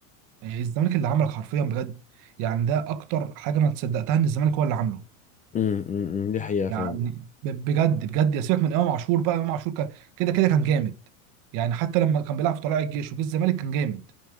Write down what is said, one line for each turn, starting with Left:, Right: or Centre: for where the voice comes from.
Right: يعني الزمالك اللي عملك حرفيا بجد يعني ده اكتر حاجه انا تصدقتها ان الزمالك هو اللي عامله
Left: امم أمم. دي حقيقة
Right: يعني
Left: فعلا
Right: ب- بجد بجد يا سيبك من امام عاشور بقى امام عاشور كان كده كده كان جامد يعني حتى لما كان بيلعب في طلائع الجيش وجه الزمالك كان جامد